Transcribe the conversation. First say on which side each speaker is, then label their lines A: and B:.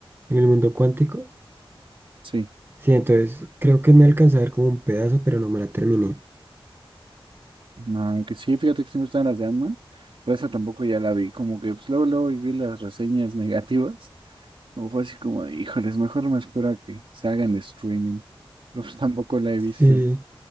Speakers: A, on the right; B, on the right.
A: en el mundo cuántico.
B: Sí,
A: Sí, entonces creo que me alcanza a ver como un pedazo, pero no me la terminé.
B: no, que sí, fíjate que sí me gustan las de Ant-Man, pero esa tampoco ya la vi, como que pues, luego, luego vi las reseñas negativas, como fue así como de, híjoles, mejor me espero a que se hagan streaming, pero pues tampoco la he visto.
A: Sí,